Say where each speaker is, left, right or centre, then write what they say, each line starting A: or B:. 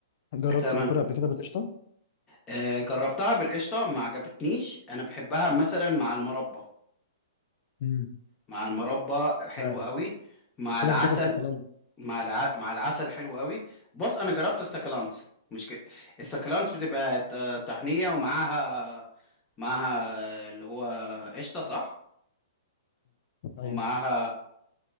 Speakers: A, on the left (about 55°); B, on the left (about 20°).
A: جربت
B: تمام
A: تاكلها قبل كده بالقشطة؟
B: آه، جربتها بالقشطة ما عجبتنيش أنا بحبها مثلا مع المربى
A: مم.
B: مع المربى حلو
A: لا
B: قوي مع
A: كأنك
B: العسل
A: بتاكل سكالانت
B: مع الع... مع العسل حلو قوي بص أنا جربت السكالانس مش ك... السكالانس بتبقى ت- طحنية ومعاها معاها اللي هو قشطة صح ومعاها
A: ايوه